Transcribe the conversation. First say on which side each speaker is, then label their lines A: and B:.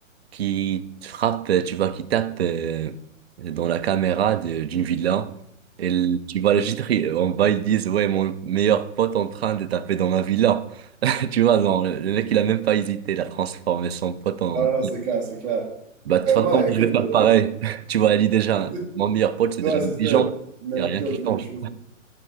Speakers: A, on the right; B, on the right.
A: qui te frappe, euh, tu vois, qui tape euh, dans la caméra de- d'une villa. Et le- tu vois le <laughs> titre, il- en bas, ils disent, ouais, mon meilleur pote en train de taper dans ma villa. <laughs> Tu vois, non, le le mec, il a même pas hésité, il a transformé son pote en...
B: Ah, c'est clair, c'est clair.
A: Bah, de
B: Ben
A: toute façon,
B: moi, écoute,
A: je vais faire
B: euh,
A: pareil.
B: moi,
A: <laughs> Tu vois, elle dit déjà,
B: tout-
A: mon meilleur pote, c'est
B: ouais,
A: déjà intelligent.
B: c'est ça. Même
A: Il n'y a rien
B: chose,
A: qui change.
B: même chose.